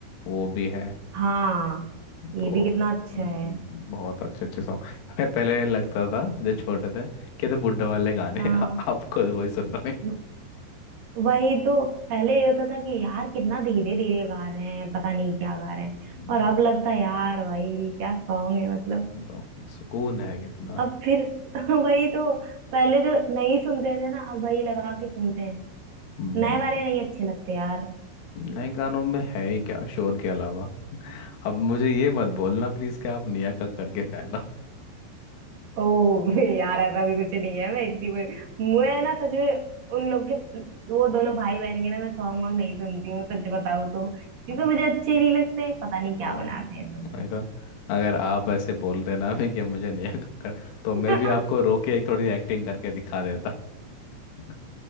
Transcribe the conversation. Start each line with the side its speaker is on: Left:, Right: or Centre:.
Left: वो भी है
Right: हाँ ये
Left: तो
Right: भी कितना अच्छा
Left: हम्म,
Right: है
Left: बहुत अच्छे अच्छे सॉन्ग मैं पहले लगता था जब छोटे थे कि ये तो बुड्ढे वाले गाने
Right: हाँ
Left: हैं। <laughs> अब खुद वही सुन रहे हैं
Right: व- वही तो पहले ये होता था कि यार कितना धीरे धीरे गा रहे हैं पता नहीं क्या गा रहे हैं
Left: हम्म,
Right: और अब लगता है यार भाई क्या सॉन्ग है मतलब
Left: तो सुकून है कितना
Right: अब फिर <laughs> वही तो पहले जो नहीं सुनते थे ना अब वही लगा के सुनते हैं
Left: हम्म,
Right: नए वाले नहीं अच्छे लगते यार
Left: नए गानों में है ही क्या शोर के अलावा अब मुझे ये मत बोलना प्लीज कि आप नेहा कक्कड़ के फैन हो <laughs>
Right: ओ <laughs> यार ऐसा भी कुछ नहीं है मैं इतनी कोई मैं ना सच में उन लोग के वो दोनों भाई बहन के ना मैं सॉन्ग वॉन्ग नहीं सुनती हूँ सच बताऊँ तो क्योंकि
Left: हम्म,
Right: मुझे अच्छे नहीं लगते पता नहीं
Left: और
Right: क्या बनाते हैं दोनों
Left: नहीं तो अगर आप ऐसे बोल देना भी कि मुझे नेहा कक्कड़ तो मैं
Right: लोग
Left: भी आपको रो के एक थोड़ी एक्टिंग करके दिखा देता <laughs>